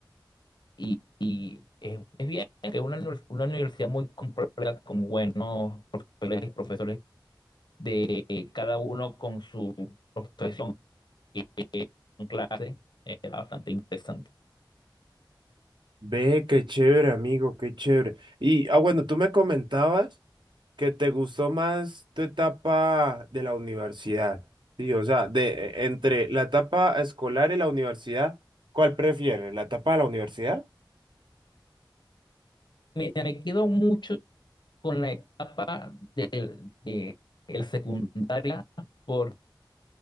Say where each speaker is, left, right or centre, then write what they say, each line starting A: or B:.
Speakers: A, on the left (about 60°); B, on the right (about 70°).
A: Y, y es, es bien que una, univers- una universidad muy completa con buenos profesores, profesores de eh, cada uno con su profesión y eh, con clase, era bastante interesante.
B: ve, qué chévere, amigo, qué chévere. Y, ah, bueno, tú me comentabas. que te gustó más tu etapa de la universidad? Sí, o sea, de eh, entre la etapa escolar y la universidad, ¿cuál prefieres? ¿La etapa de la universidad?
A: Me, me quedo mucho con la etapa del- de, de la secundaria porque